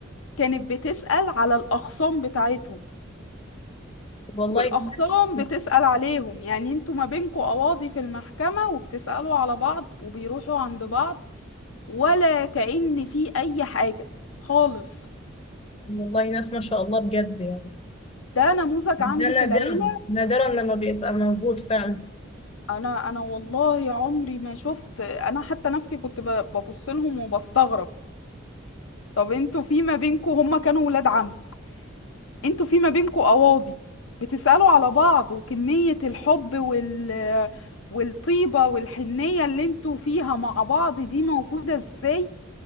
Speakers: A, on the left; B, on the left.
A: كانت بتسأل على الأخصام بتاعتهم
B: والله
A: والأخصام
B: الناس
A: بتسأل عليهم يعني انتوا ما بينكوا قواضي في المحكمة وبتسألوا على بعض وبيروحوا عند بعض ولا كأن في أي حاجة خالص
B: والله ناس ما شاء الله بجد يعني.
A: ده نموذج عندي
B: ده نادرا
A: في العيلة
B: نادرا لما بيبقى موجود فعلا
A: انا انا والله عمري ما شفت انا حتى نفسي كنت ببص لهم وبستغرب طب انتوا في ما بينكم هما كانوا ولاد عم انتوا في ما بينكم قواضي بتسألوا على بعض وكمية الحب وال والطيبة والحنية اللي انتوا فيها مع بعض دي موجودة ازاي